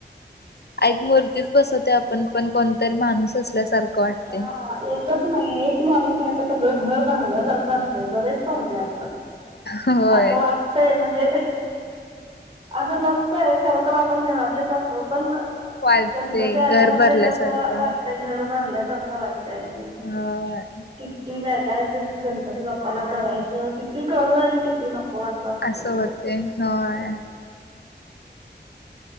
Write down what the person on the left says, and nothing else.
एक मूर्तीच बसवतेय आप पण, पण कोणतरी माणूस असल्यासारखं वाटतय.
होय
वाटते
घर भरल्यासारखं
होय
असं
होते
होय